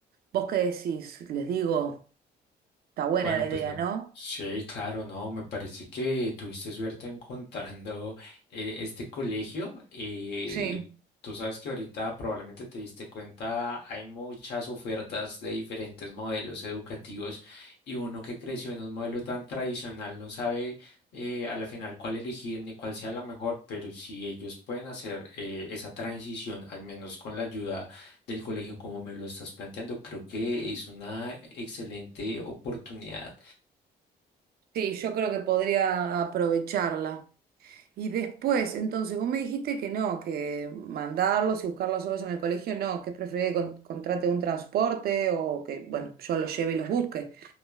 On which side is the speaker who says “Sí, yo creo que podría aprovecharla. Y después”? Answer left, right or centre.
Right